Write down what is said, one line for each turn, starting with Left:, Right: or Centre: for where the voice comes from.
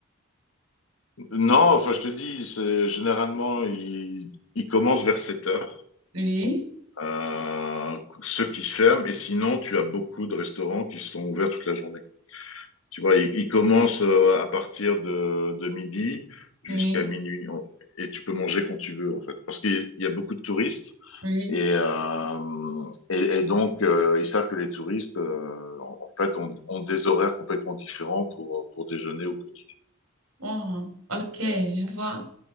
Left: Non, enfin je te dis, c'est généralement ils, ils commencent vers sept heures
Right: Oui,
Left: euh, ceux qui ferment, et sinon, tu as beaucoup de restaurants qui sont ouverts toute la journée. Tu vois, ils, ils commencent euh, à partir de, de midi jusqu'à
Right: oui,
Left: minuit, en- et tu peux manger quand tu veux, en fait, parce qu'il y a beaucoup de touristes,
Right: oui.
Left: et, euh, et, et donc, euh, ils savent que les touristes, euh, en, en fait, ont, ont des horaires complètement différents pour, pour déjeuner ou pour dîner.
Right: Oh, ok, je vois.